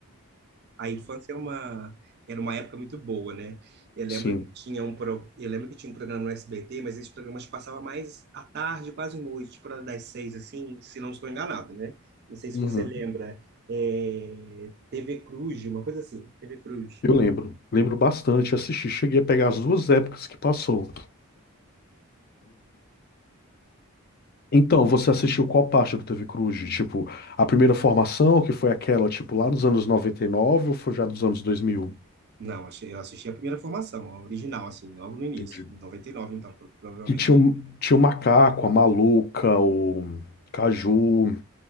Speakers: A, on the right (about 45°); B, on the left (about 45°).
A: A infância é uma, era uma época muito boa, né? Eu lembro
B: Sim.
A: que tinha um pro, eu lembro que tinha um programa no SBT, mas esses programas passavam mais à tarde, quase noite, por hora das seis, assim, se não estou enganado, né? Não sei se
B: Uhum.
A: você lembra. é, TV Cruz, uma coisa assim, TV Cruz.
B: Eu lembro. Lembro bastante, assisti. Cheguei a pegar as duas épocas que passou. Então, você assistiu qual parte do TV Cruz? Tipo, a primeira formação, que foi aquela, tipo, lá nos anos 99 ou foi já dos anos 2000?
A: Não, achei- eu assisti a primeira formação, a original, assim, logo no início,
B: Entendi.
A: em 99, então, pro- provavelmente.
B: que tinha, um- tinha o Macaco, a Maluca, o Caju,